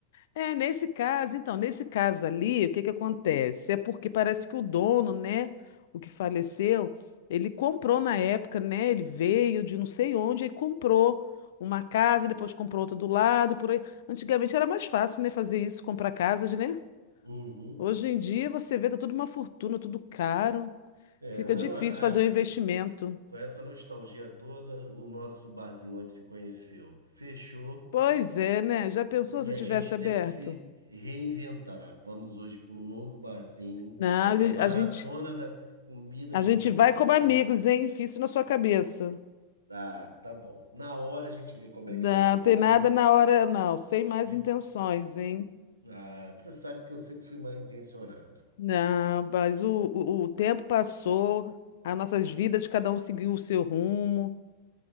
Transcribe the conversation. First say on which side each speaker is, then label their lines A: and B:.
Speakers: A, on the left; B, on the right.
A: É, nesse caso, então, nesse caso ali, o que que acontece? É porque parece que o dono, né, o que faleceu, ele comprou na época, né? Ele veio de não sei onde e comprou uma casa, depois comprou outra do lado, por aí. Antigamente era mais fácil, né, fazer isso, comprar casas, né?
B: Uhum.
A: Hoje em dia você vê, tá tudo uma fortuna, tudo caro.
B: É,
A: Fica
B: mas
A: difícil
B: a-
A: fazer
B: a-
A: um investimento.
B: com essa nostalgia toda, o nosso barzinho onde se conheceu fechou.
A: Pois é, né? Já pensou
B: E
A: se
B: a
A: tivesse
B: gente
A: aberto?
B: tem que se reinventar. Vamos hoje para um novo barzinho,
A: Não,
B: fazer
A: a gen-
B: a maratona
A: a gente,
B: da comida
A: a
B: de
A: gente
B: boteco.
A: vai como amigos, hein? Fiz isso na sua cabeça.
B: Ah, tá bom. Na hora a gente vê como
A: Não,
B: é que vai ser,
A: tem nada
B: né?
A: na hora, não. Sem mais
B: De-
A: intenções, hein?
B: Ah, você sabe que eu sempre fui mal intencionado.
A: Não, mas o, o, o tempo passou, as nossas vidas, cada um seguiu o seu rumo,